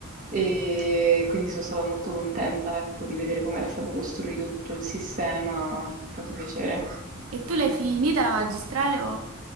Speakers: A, on the right (about 40°); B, on the right (about 80°).
A: e quindi sono stata molto contenta, ecco, di vedere come era stato costruito tutto il sistema, è fatto piacere.
B: E tu l'hai finita la magistrale o...